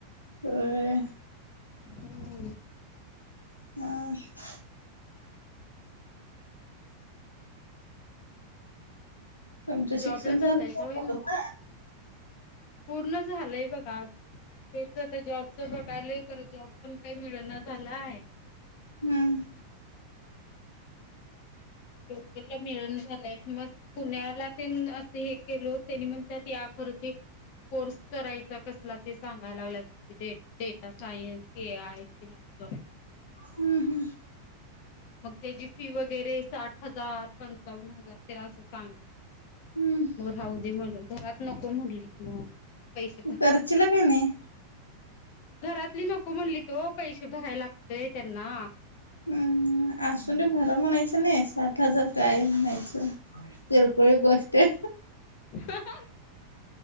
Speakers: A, on the left; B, on the left.
A: होय.
B: हम्.
A: <unintelligible> तुमचं शिक्षण
B: जॉब ला,
A: झालं
B: जातायंसा
A: का
B: व्हय
A: पूर्ण
B: मग? पूर्ण झालंय बघा. तेच ते जॉब. ते बघालोय खंर जॉब पण काही मिळना झालाय.
A: हम्म
B: लोकलला मिळून झालंय म पुण्याला ते असं हे केलं त्यांनी मण त्यात या कर होते कोर्स करायचा कसला ते सांगयला लागलात तिथे, डेटा सायन्स, ए आय तेंन असंत.
A: हम्म हम्म
B: मग त्याची फी वगैरे साठ हजार पंचावन्न हजार त्याला असं सांगित
A: हम्म
B: मग राहदे म्हणतो घरात नको म्हणलीत मग पैसे भरायलाग
A: करचीला काय नाही
B: घरातली नको म्हटलेत ओ पैसे भरायला लागतेय त्यांना
A: हम्म अस भरं म्हणायचं नाही, सात हजार काय आहे म्हणायचं, किरकोळ गोष्ट ते,
B: हो <inaudible>